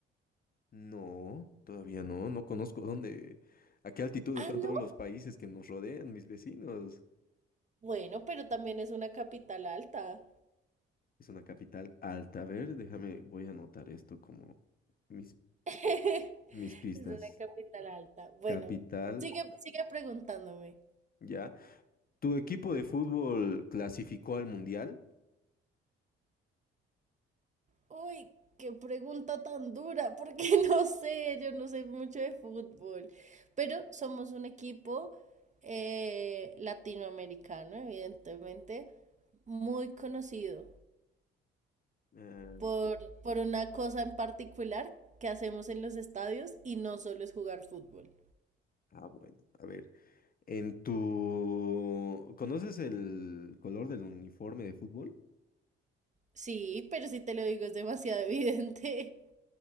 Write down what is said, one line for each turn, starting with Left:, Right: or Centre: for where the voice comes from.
Left: No, todavía no, no conozco dónde, a qué altitud
Right: Ah,
Left: están
Right: no.
Left: todos los países que nos rodean, mis vecinos.
Right: Bueno, pero también es una capital alta.
Left: Es una capital alta. A ver, déjame, voy a anotar esto como mis,
Right: <laughs>
Left: mis pistas.
Right: Es una capital alta. Bueno,
Left: Capital,
Right: sigue, sigue preguntándome.
Left: ya. ¿Tu equipo de fútbol clasificó al mundial?
Right: Uy, qué pregunta tan dura, porque <laughs> no sé, yo no sé mucho de fútbol, pero somos un equipo eh, latinoamericano, evidentemente, muy conocido
Left: Ah,
Right: por, por una cosa en particular que hacemos en los estadios y no solo es jugar fútbol.
Left: ah, bueno, a ver. En tu... ¿Conoces el color del uniforme de fútbol?
Right: Sí, pero si te lo digo es demasiado evidente. <laughs>